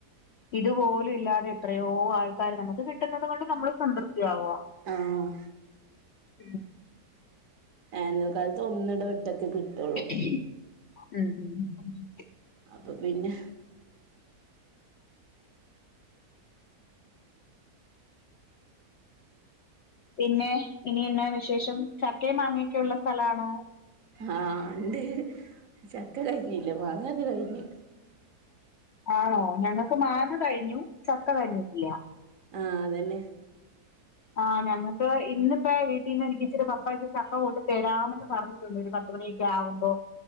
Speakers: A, on the left; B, on the right.
A: ഇത്പോലും ഇല്ലാതെ എത്രയോ ആൾ ആഹ് നമുക്ക് കിട്ട്ന്നത് കൊണ്ട് നമ്മള് സംതൃപ്തിയാവാ
B: ആഹ്
A: ഉം
B: വേനൽക്കാലത്ത് ഒന്നിടവിട്ടൊക്കെ കിട്ടൊള്ളൂ
A: ഉം
B: അപ്പ പിന്നെ
A: പിന്നെ ഇനി എന്നാ വിശേഷം ചക്കേം മാങ്ങയൊക്കെ ഉള്ള സ്ഥലാണോ?
B: ആഹ് ഇണ്ട് ചക്ക കഴിഞ്ഞില്ല മാങ്ങക്കെ കഴിഞ്ഞ്
A: ആണോ ഞങ്ങക്ക് മാങ്ങ കഴിഞ്ഞു ചക്ക കഴിഞ്ഞിട്ടില്ല
B: ആഹ് അതന്നെ
A: ആഹ് ഞങ്ങക്ക് ഇന്നിപ്പേ വീട്ടീന്ന് എനിക്ക് ഇച്ചിരി പപ്പ എനിക്ക് ചക്ക കൊണ്ട് തരാമെന്ന് പറഞ്ഞിട്ടുണ്ട് ഒര് പ പത്ത് മണിയൊക്കെവുമ്പോ